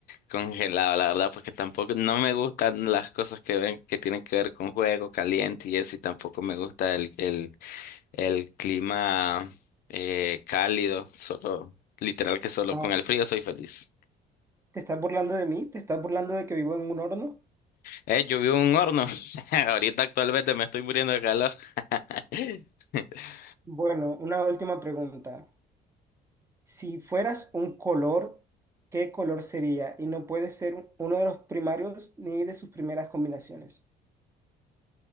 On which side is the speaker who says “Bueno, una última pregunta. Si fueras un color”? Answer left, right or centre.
Right